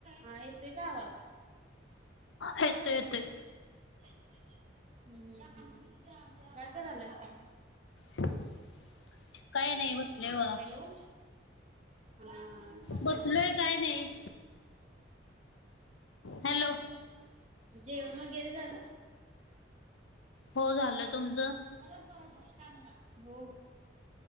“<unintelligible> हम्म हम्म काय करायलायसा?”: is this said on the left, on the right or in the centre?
Right